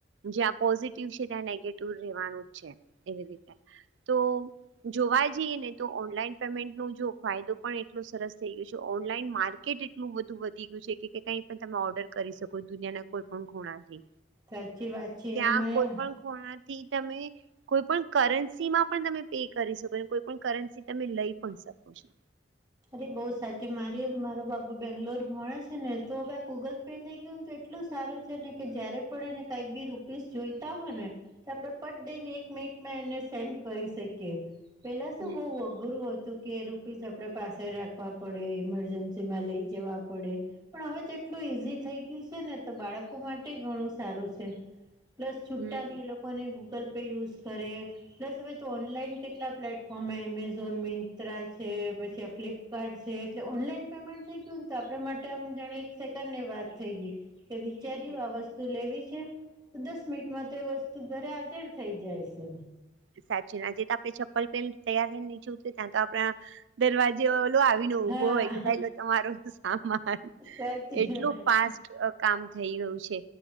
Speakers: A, on the right (about 80°); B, on the right (about 20°).
A: જે આપ પોઝિટિવ છે ત્યાં નેગેટિવ રહેવાનું જ છે, એવી રીતે. તો જોવા જઈએ ને તો ઓનલાઈન પેમેન્ટ નો જો ફાયદો પણ એટલો સરસ થઈ ગયો છે ઓનલાઈન માર્કેટ એટલું બધું વધી ગયું છે કે કાંઈ પણ તમે ઓર્ડર કરી શકો દુનિયાના કોઈ પણ ખુણાથી.
B: સાચી વાત છે.
A: તાં
B: એમાં
A: કોઈ પણ ખુણા થી તમે કોઈ પણ કરન્સી માં પણ તમે પે કરી શકો છો, કે કોઈ પણ કરન્સી તમે લઈ પણ શકો છો.
B: અરે બહુ સાચી. મારી મારો બાબો બેંગ્લોર ભણે છે ને તો હવે આ ગૂગલ પે થઈ ગયુંને તો એટલું સારું છે ને કે જયારે પણ એને કાંઈક બી રૂપિઝ જોઈતા હોય ને તો આપણે પટ દઈને એક મિનિટમાં એને સેન્ડ કરી શકીએ. પેલા તો
A: હમ
B: શું બહું અઘરું હતું કે રૂપિઝ આપણે પાસ સે રાખવા પડે, ઇમરજન્સી માં લઈ જવા પડે પણ હવે તો એટલું ઈઝી થઈ ગયું છે ને તો બાળકો માટેય ઘણું સારું છે. પ્લસ છુટા
A: હમ
B: ની એ લોકોને ગૂગલ પે યુઝ કરે પ્લસ હવે તો ઓનલાઈન કેટલા પ્લેટફોર્મ હે એમેઝોન, મિંત્રા છે, પછી ફ્લિપકાર્ટ છે. એટલે ઓનલાઈન પેમેન્ટ થઈ ગયું ને તો આપણા માટે આમ જાણે એક સેકન્ડ ની વાત થઈ ગઈ. કે વિચાર્યું
A: હમ
B: આ વસ્ તુ લેવી છે તો દસ મિનિટમાં તો એ વસ્તુ ઘરે હજર થઈ જાય છે.
A: કે સાચેન. હજી તો આપણે ચપ્પલ પહેરીન તૈયાર રહીને નીચે ઉતરી ત્યાં તો આપણા દરવાજે ઓલો આવીને
B: હા
A: ઉભો હોય કે ભાઈ લો તમારો સામાન.
B: સાચી
A: એટલું
B: વાત
A: ફાસ્ટ અહ કામ થઈ ગયું છે